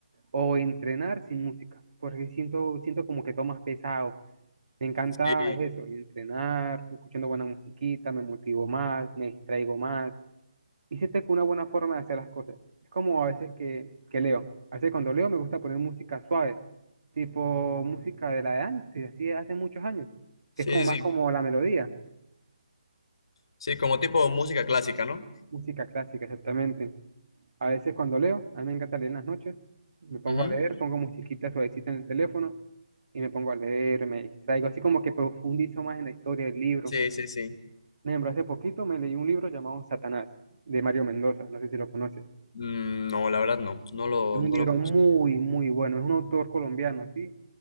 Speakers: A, on the right; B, on the left.
A: o entrenar sin música, porque siento, siento como que todo más pesado. Me encanta
B: Sí,
A: es eso, entrenar, escuchando buena musiquita, me motivo más, me distraigo más y siento que una buena forma de hacer las cosas. Es como a veces que, que leo. A veces cuando leo me gusta poner música suave, tipo música de la de antes, así de hace muchos años, que
B: sí,
A: es como más
B: sí, sí.
A: como la melodía,
B: Sí, como tipo música clásica, ¿no?
A: música clásica exactamente. A veces cuando leo, a mí me encanta leer en las noches, me pongo
B: Ujú.
A: a leer, pongo musiquita suavecita en el teléfono y me pongo a leer, me distraigo, así como que profundizo más en la historia del libro.
B: Sí, sí, sí.
A: Por ejemplo, hace poquito me leí un libro llamado Satanás, de Mario Mendoza, no sé si lo conoces.
B: Mm, no, la verdad no, no lo,
A: Es un
B: no
A: libro
B: lo conozco.
A: muy, muy bueno. Es un autor colombiano, ¿sí?